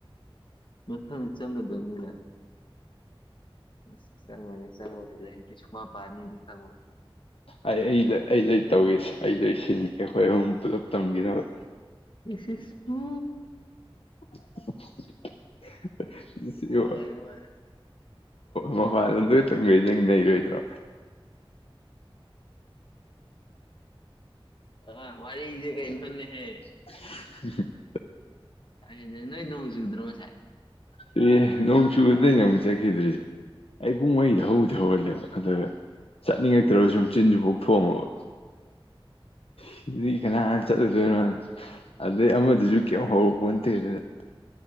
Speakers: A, on the left; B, on the left.
A: ꯃꯊꯪ ꯆꯪꯒꯗꯝꯅꯤ ꯀꯥꯏꯅ ꯑꯁ ꯆꯪꯉꯅꯤ ꯆꯪꯉꯅꯤ ꯂꯥꯏꯔꯤꯛꯇꯤ ꯁꯨꯛꯄꯥ ꯄꯥꯅꯤꯗꯤ ꯈꯪꯉꯣꯏ
B: ꯑꯩ ꯑꯩꯗ ꯑꯩꯗꯩ ꯇꯧꯏꯁꯦ ꯑꯩ ꯂꯣꯏꯁꯤꯟꯒꯦ ꯈꯣꯏ ꯑꯍꯨꯝ ꯄꯨꯂꯞ ꯇꯝꯒꯤꯅꯕ
A: ꯏꯁ ꯏꯁ ꯎ
B: <unintelligible>
A: ꯋꯥꯔꯦ ꯋꯥꯔꯦ
B: ꯃꯄꯥꯟꯗ <unintelligible> ꯅꯩꯔꯣꯏꯗ꯭ꯔꯣ
A: ꯑ ꯋꯥꯔꯤꯖꯦ ꯀꯩꯅꯣꯅꯦꯍꯦ
B: <unintelligible>
A: <unintelligible> ꯅꯣꯏ ꯅꯣꯡ ꯆꯨꯗ꯭ꯔꯣ ꯉꯁꯥꯏ
B: ꯆꯨꯏꯌꯦ ꯅꯣꯡ ꯆꯨꯕꯗꯩꯩꯅꯦ ꯑꯃꯨꯛ ꯆꯠꯈꯤꯗ꯭ꯔꯤꯁꯦ ꯑꯩ ꯄꯨꯡ ꯃꯔꯤꯗ ꯍꯧꯕꯨꯗꯤ ꯍꯧꯒꯠꯂꯦꯕ ꯑꯗꯨꯗ ꯆꯠꯅꯤꯡꯉꯛꯇ꯭ꯔꯕ
A: ꯎꯝ
B: ꯁꯨꯝ ꯆꯤꯟꯁꯨ ꯄꯣꯛꯊꯣꯛ ꯑꯝꯃꯕ
A: <inaudible>
B: ꯁꯤꯗꯤ ꯀꯅꯥꯅ ꯆꯠꯂꯨꯗꯣꯏꯅꯣꯗ ꯑꯗꯩ ꯑꯃꯗꯨꯁꯨ ꯀꯩꯝ ꯍꯧꯔꯛꯄꯣꯟꯇꯦ ꯑꯗꯨꯗ